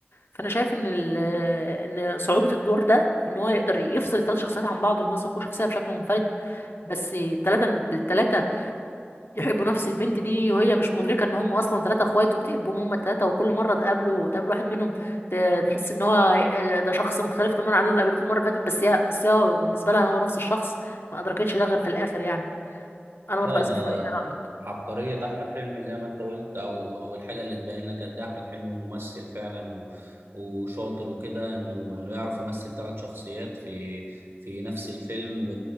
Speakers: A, on the left; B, on the right.
A: فانا شايف ان ال- ان صعوبه الدور ده في ان هو يقدر يفصل الثلاث شخصيات عن بعض ويمثل كل شخصيه بشكل منفرد بس الثلاثه الثلاثه يحبوا نفس البنت دي وهي مش مدركه ان هم اصلا ثلاثه اخوات وبتحبهم هم الثلاثه وكل مره تقابله تقابل واحد منهم ت- تحس ان هو آه، ده شخص مختلف تماما عن اللي قابلته المره اللي فاتت بس هي بس هي بالنسبه لها هو نفس الشخص ما ادركتش ده غير في الاخر يعني انا
B: اه
A: برضه عايز
B: ده
A: اعرف رايك إيه رأيك؟
B: عبقريه احمد حلمي زي ما انت قلت او او الحاجه اللي تبين لك قد ايه احمد حلمي ممثل فعلا و... وشاطر وكده انه انه يعرف يمثل ثلاث شخصيات في في نفس الفيلم ب...